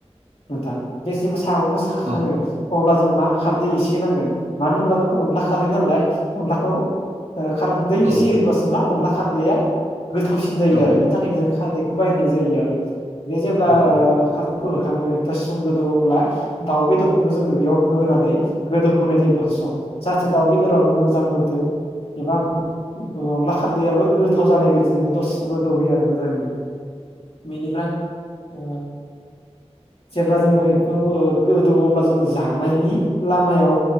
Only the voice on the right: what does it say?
औ
औ
नोंथां
औ
औ